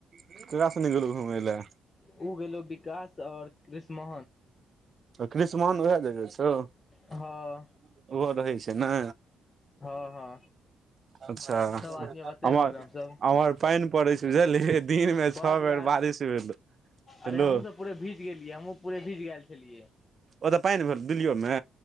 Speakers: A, on the right; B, on the left.
A: केकरा सने गेलौ घुमै लए
B: <inaudible> ओ गेलो विकास आओर कृष्णा
A: क्रिष्मान उएह जगह छौ ओहो
B: हँ
A: रहै छै ने
B: हँ हँ
A: अच्छा
B: सब आदमी ओते
A: अमर
B: रहबै हमसब
A: अमहर पानि पड़ै छै बुझलियै दिन मे
B: बड
A: छओ
B: यार
A: बेर बारिश <unintelligible>
B: अरे
A: हेलो
B: हमहूँ सब पूरे भीज गेलियै हमूँ पूे भीज गेल छलियै
A: ओतऽ पैंन भेल दिल्लिओमे